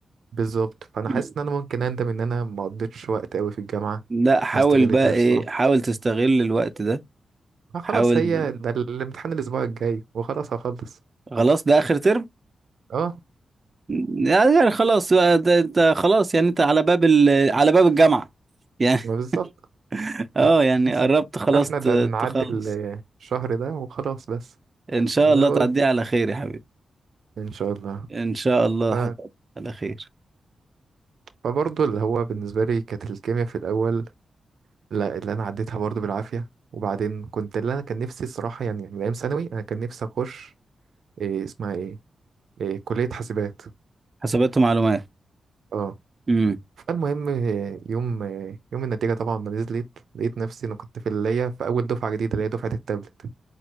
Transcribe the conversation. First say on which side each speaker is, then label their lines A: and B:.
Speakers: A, on the right; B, on the right.
A: بالظبط فانا
B: مم.
A: حاسس ان انا ممكن اندم ان انا ما قضيتش وقت قوي في الجامعه
B: لا حاول
A: ما استغلتهاش
B: بقى ايه
A: صح
B: حاول تستغل الوقت ده
A: آه خلاص
B: حاول
A: هي ده الامتحان الاسبوع الجاي وخلاص هخلص
B: خلاص ده اخر ترم
A: اه
B: يعني يعني خلاص بقى ده انت خلاص يعني انت على باب ال... على باب الجامعة يعني
A: ما بالظبط
B: <laughs> اه
A: <laughs>
B: يعني قربت خلاص
A: فاحنا
B: ت-
A: ده نعدي
B: تخلص
A: ال- الشهر ده وخلاص بس
B: ان شاء
A: لا
B: الله
A: هو-
B: تعديها على خير يا حبيبي
A: ان شاء الله
B: ان شاء الله
A: ف...
B: هتعدي على خير
A: فبرضه اللي هو بالنسبه لي كانت الكيمياء في الاول لا اللي انا عديتها برضه بالعافيه وبعدين كنت اللي انا كان نفسي الصراحه يعني من ايام ثانوي انا كان نفسي اخش إيه اسمها ايه, إيه كليه حاسبات
B: حسابات ومعلومات
A: اه
B: امم
A: فالمهم إيه، يوم إيه، يوم النتيجه طبعا ما نزلت لقيت نفسي انا كنت في اللي هي في اول دفعه جديده اللي هي دفعه التابلت